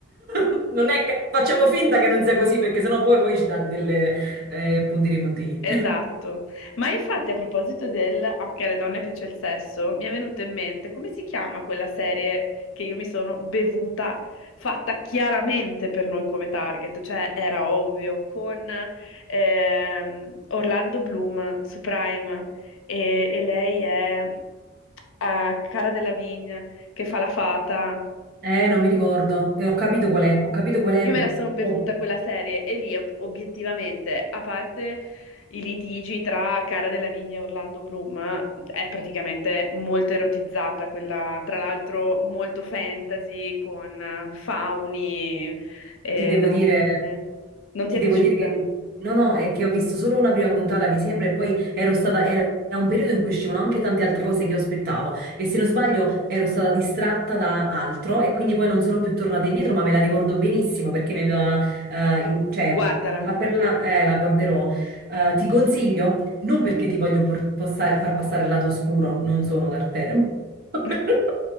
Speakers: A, on the right; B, on the left.
A: <laughs> Non è che facciamo finta che non sia così, perché sennò poi voi ci date delle eh, puntini puntini.
B: Esatto,
A: <laughs>
B: ma infatti a proposito del anche alle donne piace il sesso, mi è venuto in mente come si chiama quella serie che io mi sono bevuta, fatta chiaramente per noi come target, cioè era ovvio, con ehm, Orlando Bloom su Prime e, e lei è eh, Cara Delevingne che fa la fata.
A: Eh, non mi ricordo. E ho capito qual è. Ho capito qual è.
B: Io me la sono bevuta
A: Ho-
B: quella serie e lì ob- obiettivamente, a parte i litigi tra Cara della Vigna e Orlando Bloom, è praticamente molto erotizzata quella, tra l'altro molto fantasy con eh, fauni e
A: Ti devo
B: donne.
A: dire,
B: Non ti
A: ti
B: è
A: devo
B: piaciuta?
A: dire che no, no, è che ho visto solo una prima puntata, mi sembra, e poi ero stata, era un periodo in cui uscivano anche tante altre cose che io aspettavo. E se non sbaglio, ero stata distratta da altro e quindi poi non sono più tornata indietro, ma me la ricordo benissimo perché mi aveva, eh, in- cioè,
B: Guardala.
A: la per la, eh, la guarderò. Eh, ti consiglio, non perché ti voglio por- possa- far passare il lato oscuro, non sono Darth Vader. <laughs>
B: <laughs>